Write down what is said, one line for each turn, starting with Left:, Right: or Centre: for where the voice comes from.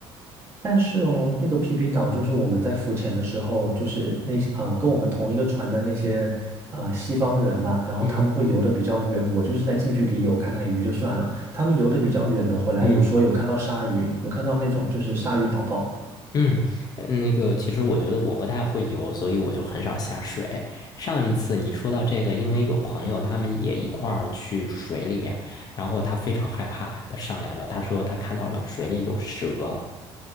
Right: 但是哦，那个皮皮岛就是我们在浮潜的时候，就是那些呃跟我们同一个船的那些啊西方人嘛，然后他们会游得比较远，
Left: 嗯
Right: 我就是在近距离游看看鱼就算了。他们游得比较远的回来，
Left: 嗯
Right: 有说有看到鲨鱼，有看到那种就是鲨鱼宝宝
Left: 嗯，呃那个其实我觉得我不太会游，所以我就很少下水。上一次你说到这个，因为有朋友他们也一块儿去水里面，然后他非常害怕，他上来了，他说他看到了水里有蛇。